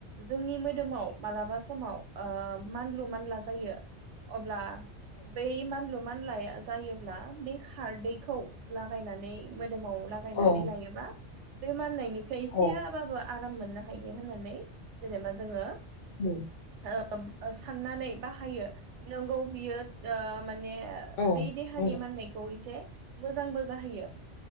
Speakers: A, on the right (about 85°); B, on the left (about 60°).
A: जोंनि मोदोमाव मालाबा समाव ओ मानलु मानला जायो अब्ला। बेैै मानलु मानलाया जायोब्ला बे खारदैखौ लागाय गायनानै मोन दोमाव लागायनानै
B: औ
A: लायोबा बे मा फोननायनिफ्राय एसेयाबाबो
B: औ
A: आराम मोननो हायो होननानै जेनेबा जोङो
B: औ।
A: ओम साननानै बाहायो नोंगौ बियो ओ माने
B: नंगौ
A: बै देहानि माननायखौ एसे मोजांबो जाहोयो।